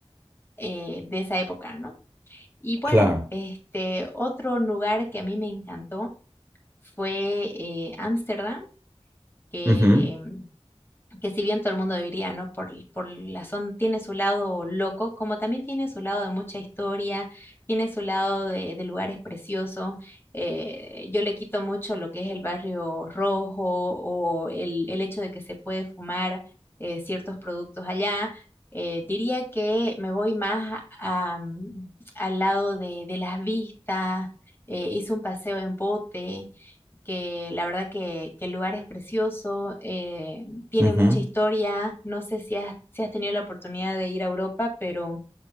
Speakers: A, on the left; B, on the right.
A: eh, de esa época, ¿no? Y bueno,
B: Claro.
A: este, otro lugar que a mí me encantó fue eh, Ámsterdam que
B: Ujú.
A: que si bien todo el mundo diría, ¿no? Por, por la zona tiene su lado loco, como también tiene su lado de mucha historia, tiene su lado de, de lugares preciosos. Eh, yo le quito mucho lo que es el barrio rojo o el, el hecho de que se puede fumar eh, ciertos productos allá. Eh, diría que me voy más a- a, mm, al lado de, de las vistas, eh, hice un paseo en bote que la verdad que, que el lugar es precioso, eh, tiene
B: Ujú.
A: mucha historia. No sé si has, si has tenido la oportunidad de ir a Europa, pero